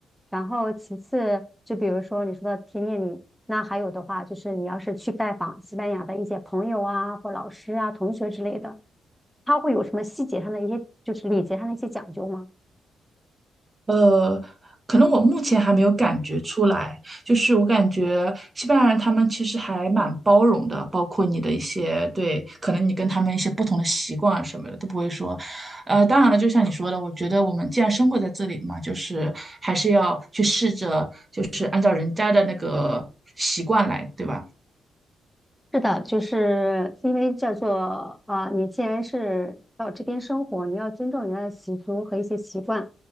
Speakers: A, in the centre; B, on the right.
A: 然后其次，就比如说你说的贴面礼，那还有的话就是你要是去拜访西班牙的一些朋友啊，或老师啊、同学之类的，他会有什么细节上的一些，就是礼节上的一些讲究吗？
B: 呃，可能我目前还没有感觉出来，就是我感觉西班牙人他们其实还蛮包容的，包括你的一些对，可能你跟他们一些不同的习惯啊什么的都不会说。呃，当然了，就像你说的，我觉得我们既然生活在这里嘛，就是还是要去试着，就是按照人家的那个习惯来，对吧？
A: 是的，就是因为叫做啊、你既然是到这边生活，你要尊重人家的习俗和一些习惯。